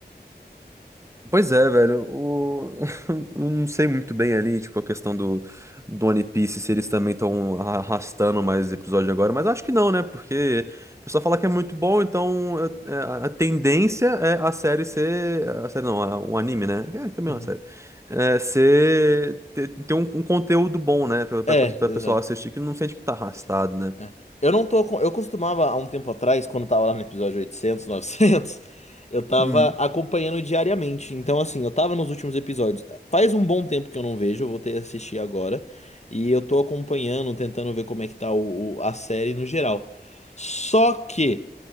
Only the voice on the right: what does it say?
Pois é, velho. O... <laughs> Eu não sei muito bem ali, tipo, a questão do, do One Piece, se eles também estão arrastando mais episódio agora, mas acho que não, né? Porque o pessoal fala que é muito bom, então é, é, a a tendência é a série ser. A série não, a- um anime, né? É, também
é uma série. É, ser. Ter, ter um, um conteúdo bom, né? Pra, pra,
pra
pessoal assistir, que não sente que tá arrastado,
né?
Uhum,